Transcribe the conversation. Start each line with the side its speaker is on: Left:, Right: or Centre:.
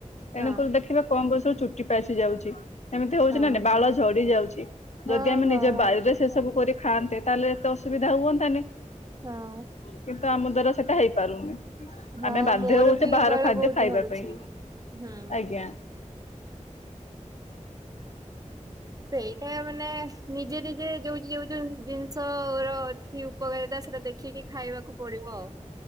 Left: ତେଣୁକ
Right: ହଁ
Left: ଦେଖିବାେ କମ ବୟସରୁ ଚୁଟି ପାଛିି ଯାଉଛି। ସେମିତି ହଉଛି
Right: ହଁ
Left: ନା ନାଇ ବାଳ
Right: ହଁ
Left: ଝଡି ଯାଉଛି
Right: ହଁ
Left: ଯଦି ଆମେ
Right: ହଁ
Left: ନିଜ
Right: ହଁ।
Left: ବାରିରେ ସେ ସବୁ କରି ଖାଆନ୍ତେ ତାହେଲେ ଏତେ ଅସୁବିଧା ହୁଅନ୍ତାନି
Right: ହଁ
Left: କିନ୍ତୁ ଆମ ଦ୍ଵାରା ସେଟା ହେଇପାରୁନି।
Right: ହଁ
Left: ଆମେ ବାଧ୍ୟ
Right: ମୋର
Left: ହଉଛେ
Right: ବି
Left: ବାହାର
Right: ବାଳ
Left: ଖାଦ୍ୟ
Right: ବହୁତ
Left: ଖାଇବା
Right: ଝଡୁଛି
Left: ପାଇଁ।
Right: ହୁଁ।
Left: ଆଜ୍ଞା
Right: ସେଇଟା ମାନେ ନିଜେ ନିଜେ ଯୋଉ ଯୋଉ ଯୋଉ ଜିନିଷ ର ଅଛି <unintelligible> ସେଟା ଦେଖିକି ଖାଇବାକୁ ପଡିବ।